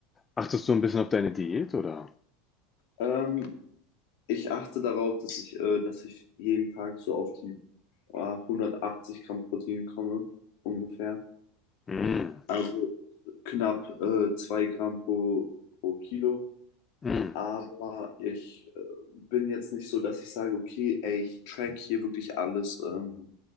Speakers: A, on the left; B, on the left.
A: Achtest du ein bisschen auf deine Diät, oder?
B: Ähm, ich achte darauf, dass ich, äh, dass ich jeden Tag so auf die äh, 180 Gramm Protein komme, ungefähr.
A: Hm,
B: Also knapp äh, zwei Gramm pro, pro Kilo.
A: hm.
B: Aber ich äh, bin jetzt nicht so, dass ich sage, okay, ey, ich track hier wirklich alles ähm,